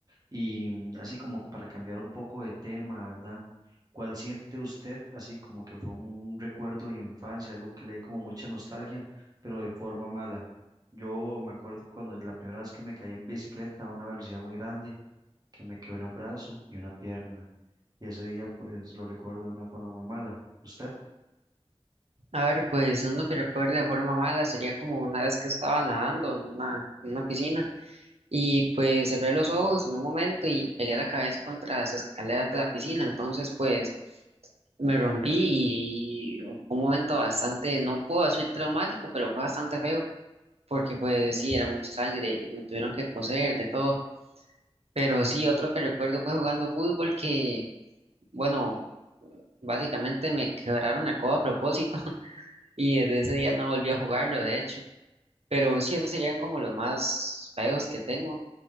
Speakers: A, on the right; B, on the right.
A: Y mm, así como para cambiar un poco de tema, ¿verdad? ¿Cuál siente usted así como que fue un recuerdo de infancia, algo que le dé como mucha nostalgia, pero de forma mala? Yo me acuerdo cuando la primera vez que me caí en bicicleta a una velocidad muy grande que me quebré un brazo y una pierna. Y ese día pues lo recuerdo de una forma muy mala. ¿Usted?
B: A ver, pues uno que recuerde de forma mala sería como una vez que estaba nadando en una, en una piscina y pues cerré los ojos en un momento y pegué la cabeza contra las escaleras de la piscina. Entonces, pues me rompí y fue un momento bastante, no puedo decir traumático, pero fue bastante feo porque pues sí, era mucha sangre, me tuvieron que coser de todo. Pero sí, otro que recuerdo fue jugando fútbol que, bueno, básicamente me quebraron el codo a propósito <laughs> y desde ese día no volví a jugarlo, de hecho. Pero sí, esos serían como los más feos que tengo.